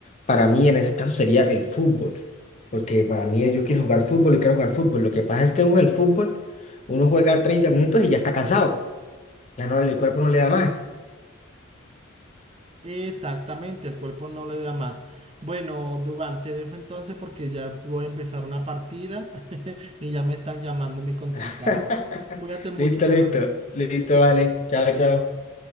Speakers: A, on the left; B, on the right.
A: para mí en ese caso sería el fútbol, porque para mí yo quiero jugar fútbol y quiero jugar fútbol. Lo que pasa es que uno en el fútbol, uno juega 30 minutos y ya está cansado. Ya no, el cuerpo no le da más.
B: Exactamente, el cuerpo no le da más. Bueno, Dubán, te dejo entonces porque ya voy a empezar una partida <laughs> y ya me están llamando mi contrincante.
A: <laughs>
B: Cuídate mucho,
A: Listo,
B: Dubán.
A: listo. Listo, vale. Chao, chao.